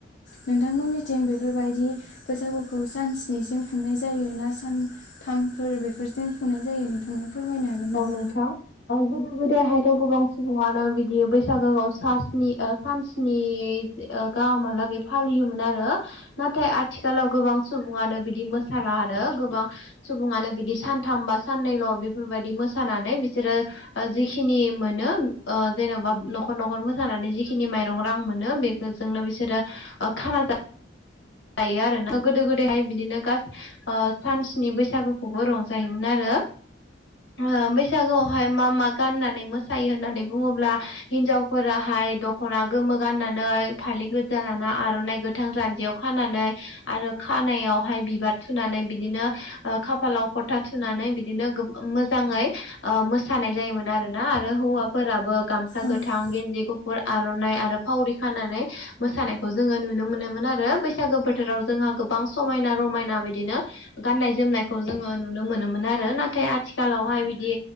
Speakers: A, on the left (about 65°); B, on the left (about 80°).
A: नोंथांमोननिथिं बेफोरबायदि बैसागुखौ सानस्निसिम खुंनाय जायो ना सान थामफोर बेफोरजों खुंनाय जायो नोंथाङा? फोरमायनो हागोन नामा?
B: औ नोंथां। ओ गोदो गोदायहायथ' गोबां सुबुङानो बिदि बैसागोआव सास्नि ओ सानस्नि ओ गाहामहालागै फालियोमोन आरो नाथाय आथिखालाव गोबां सुबुङानो बिदि मोसाला आरो गोबां सुबुङानो बिदि सानथाम बा साननैल' बेफोरबायदि मोसानानै बिसोरो ओ जिखिनि मोनो ओ जेन'बा न'खर न'खर मोसानानै जिखिनि माइरं रां मोनो बे जोंनो बिसोरो ओ खाना जा जायो आरो ना गोदो गोदायहाय बिदिनो गास ओ सानस्नि बैसागुखौबो रंजायोमोन आरो ओ बैसागोआवहाय मा मा गाननानै मोसायो होननानै बुङोब्ला हिनजावफोराहाय दख'ना गोमो गाननानै फालि गोजा लाना आर'नाइ गोथां जान्जियाव खानानै आरो खानायावहाय बिबार थुनानै बिदिनो ओ खाफालाव फोथा थुनानै बिदिनो मोजाङै ओ मोसानाय जायोमोन आरोना आरो हौवा फोराबो गामसा
A: औ
B: गोथां गेन्जि गुफ आर'नाइ आरो फावरि खानानै मोसानायखौ जोङो नुनो मोनोमोन आरो बै बैसागो बोथोराव जोंहा गोबां समायना रमायना बिदिनो गाननाय जोमनायखौ जोङो नुनो मोनोमोन आरो नाथाय आथिखालावहाय बिदि